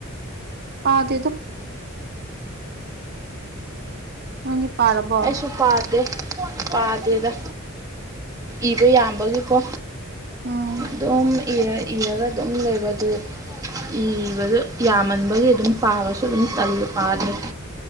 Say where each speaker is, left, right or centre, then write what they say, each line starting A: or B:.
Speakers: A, on the right; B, on the right.
A: ꯄꯗꯦꯗꯥ ꯅꯡ ꯗꯤ ꯄꯥꯔꯕꯔꯣ
B: ꯑꯩꯁꯨ ꯄꯥꯗꯦ ꯄꯥꯗꯦꯗ ꯏꯕ ꯌꯥꯝꯕꯒꯤꯀꯣ
A: ꯎꯝ
B: ꯑꯗꯨꯝ ꯏꯔꯒ ꯑꯗꯨꯝ ꯂꯩꯕ ꯑꯗꯨ ꯏꯕꯗꯣ ꯌꯥꯝꯃꯟꯕꯒꯤ ꯑꯗꯨꯝ ꯄꯥꯕꯁꯨ ꯑꯗꯨꯝ ꯇꯜꯂꯕ ꯄꯥꯗ ꯅꯠꯇꯦ